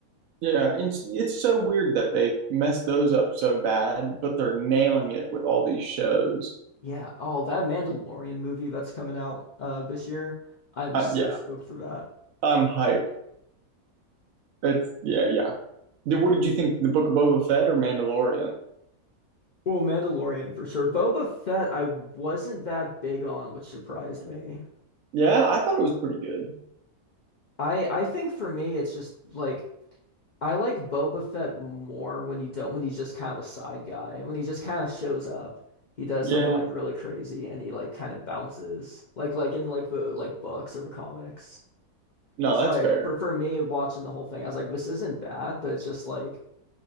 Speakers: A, on the right; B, on the left.
A: Yeah. And it's, it's so weird that they messed those up so bad, but they're nailing it with all these shows.
B: Yeah. Oh, that Mandalorian movie that's coming out uh this year. I'm
A: Uh,
B: so
A: yeah.
B: stoked for that.
A: I'm hype. It's, yeah. Yeah. Th- What did you think? The Book of Boba Fett or Mandalorian?
B: Well, Mandalorian for sure. Boba Fett, I wasn't that big on, which surprised me.
A: Yeah. I thought it was pretty good.
B: I I think for me it's just like I like Boba Fett more when you don't when he's just kind of a side guy. When he just kind of shows up, he does
A: Yeah.
B: something like really crazy and he like kind of bounces. Like like in like the like books or the comics.
A: No,
B: So
A: that's
B: I,
A: fair.
B: for for me, watching the whole thing, I was like, this isn't bad, but it's just like